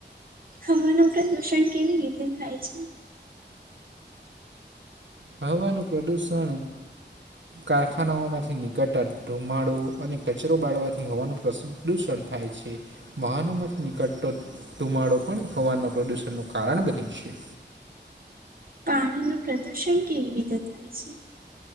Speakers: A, on the right; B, on the right.
A: હવાનું પ્રદુષણ કેવી રીતે થાય છે.
B: હવાનું પ્રદુષણ કારખાનાઓમાંથી નીકળ કટર ધુમાડો અને કચરો બાળવાથી હવાનું પ્રદૂષણ થાય છે. વાહનોમાંથી નીકળતો ધુમાડો પણ હવાના પ્રદુષણનું કારણ બને છે.
A: પાણી નું પ્રદુષણ કેવી રીતે થાય છે.